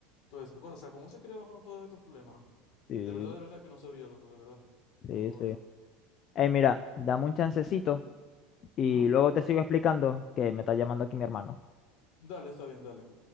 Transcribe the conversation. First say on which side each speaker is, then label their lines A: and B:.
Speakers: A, on the left (about 60°); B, on the left (about 45°).
A: todas esas cosas. O sea, ¿cómo se creaban todos estos problemas?
B: Sí,
A: De verdad, de verdad que no sabía, loco, de verdad. Te
B: sí,
A: lo prometo.
B: sí. Ey, mira, dame un chancecito
A: ¿Mm?
B: y
A: Ajá.
B: luego te sigo explicando que me está llamando aquí mi hermano.
A: Dale, está bien, dale.